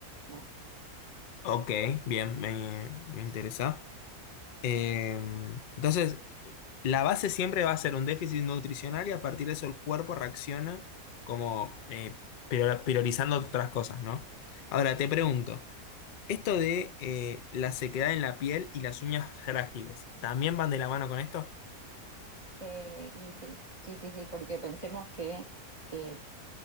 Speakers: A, on the left (about 20°); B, on the left (about 90°).
A: ¿no?
B: Ok, bien, me, me interesa. Eh, entonces, La base siempre va a ser un déficit nutricional y a partir de eso el cuerpo reacciona como eh, prior- priorizando otras cosas, ¿no? Ahora te pregunto, esto de eh, la sequedad en la piel y las uñas frágiles, ¿también van de la mano con esto?
A: Eh, y sí, sí, sí, sí, porque pensemos que... eh,